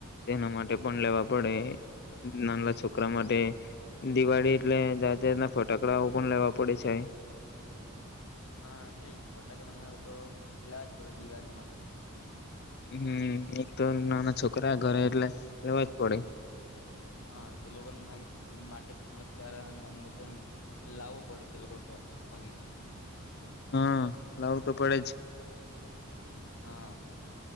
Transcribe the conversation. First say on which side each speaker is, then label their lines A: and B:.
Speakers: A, on the left; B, on the left.
A: તેના માટે પણ લેવા પડે નાનલા છોકરા માટે દિવાળી એટલે જાતે જાતના ફટાકડાઓ પણ લેવા પડે છે.
B: હા તેજ ફટાકડા ન તો લાવજ પડે દિવાળીમાં તો
A: હમ એક તો નાના છોકરા ઘરે એટલે લેવા જ પડે
B: હા તે લોકો માટે્યારે એમને લાવવું પડે તે લોકો ભાગી પણ
A: હા લાવું તો પડે જ
B: હા.